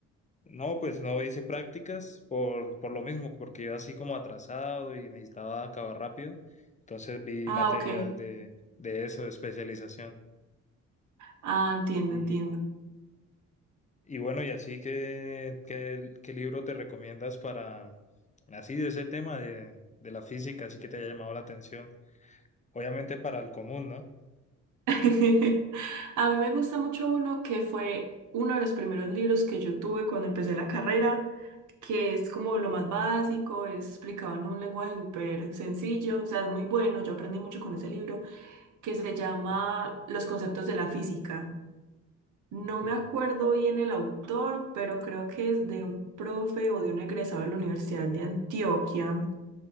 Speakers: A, on the left; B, on the right.
A: No, pues no hice prácticas por, por lo mismo, porque iba así como atrasado y necesitaba acabar rápido. Entonces vi
B: Ah,
A: materias
B: ok.
A: de, de eso, de especialización.
B: Ah, entiendo,
A: Y,
B: entiendo.
A: y bueno, y así que, ¿qué, qué libro te recomiendas para, así de ese tema de, de la física, así que te haya llamado la atención? Obviamente para el común, ¿no?
B: <laughs> A mí me gusta mucho uno que fue uno de los primeros libros que yo tuve cuando empecé la carrera, que es como lo más básico, es explicado en un lenguaje súper sencillo, o sea, es muy bueno, yo aprendí mucho con ese libro, que se llama
A: Sí.
B: Los conceptos de la física. No
A: Ok,
B: me acuerdo bien el autor, pero creo que es de un profe o de un egresado de la Universidad de Antioquia.